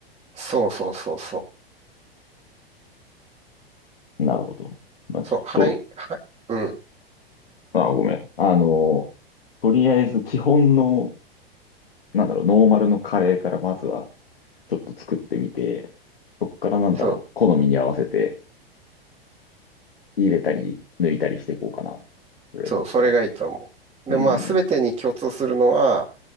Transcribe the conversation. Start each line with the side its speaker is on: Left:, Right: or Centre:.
Right: そうそうそうそう。
Left: なるほど。まあちょっと、
Right: そう、はい、はい、うん、
Left: ああ、ごめん。あの、とりあえず基本の、なんだろう、ノーマルのカレーからまずはちょっと作ってみて、そっからなんだろう、
Right: そう、
Left: 好みに合わせて入れたり抜いたりしていこうかな。それだったら。
Right: そう、それがいいと思う。
Left: うん。
Right: で、まあ全てに共通するのは、